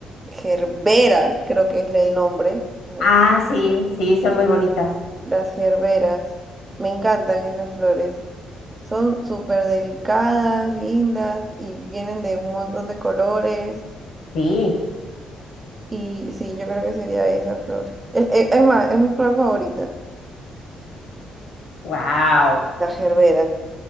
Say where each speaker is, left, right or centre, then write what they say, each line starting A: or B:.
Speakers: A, on the right (about 20°); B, on the left (about 80°).
A: gerbera, creo que es el nombre. A ver,
B: Ah, sí, sí, son muy bonitas.
A: las gerberas. Me encantan esas flores. Son súper delicadas, lindas y vienen de un montón de colores.
B: Sí,
A: Y sí, yo creo que sería esa flor. E- e- Es, más, es mi flor favorita.
B: wow.
A: La gerbera.